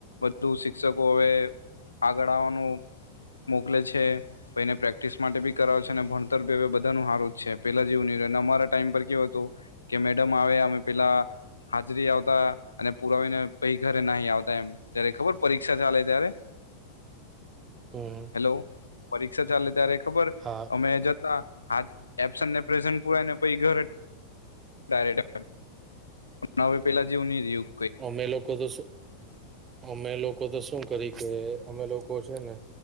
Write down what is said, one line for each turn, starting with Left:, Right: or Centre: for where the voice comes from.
Left: બધુ શિક્ષકો હવે આગળ આવવાનું મોકલે છે. પને પ્રેક્ટિસ માટે બી કરાવ છે અને ભણતર બી હવે બધાનું હારું જ છે. પેલા જેવું ન અમારા ટાઈમ પર કેવું હતું. કે મેડમ આવે અમે પેલા હાજરી આવતા અને પુરાવીને પહી ઘરે નાહી આવતા એમ. જયારે ખબર પરીક્ષા ચાલે ત્યારે
Right: હમ.
Left: લો, પરીક્ષા ચાલે ત્યારે ખબર
Right: હા
Left: અમે જતા, હાજ એબસને પ્રેસેનટ પુરાવી ને પહી ઘરે ડાયરેકટ. <unintelligible> હવે પેલા જેવું નહી રહયું.
Right: અમે લોકો તો શું અમે લોકો તો શું કરી કે અમે લોકો છે ને